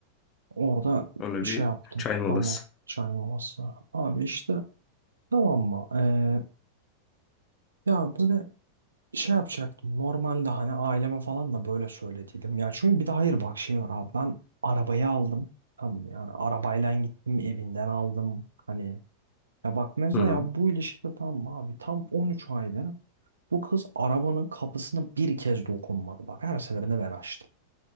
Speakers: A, on the right; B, on the left.
A: Orada
B: Ona
A: şey
B: bir
A: yaptım.
B: çay molası.
A: Tamam. Çay molası. Abi işte tamam mı? Ee, ya böyle şey yapacaktım. Normalde hani aileme falan da böyle söylediydim. Ya çünkü bir de hayır bak şey var abi. Ben arabayı aldım. Tamam mı? yani arabayla gittim evinden aldım. Hani Ya bak mesela
B: Hı hı.
A: ya bu ilişkide tam mı abi tam 13 aydır bu kız arabanın kapısına bir kez dokunmadı. Bak her seferinde ben açtım.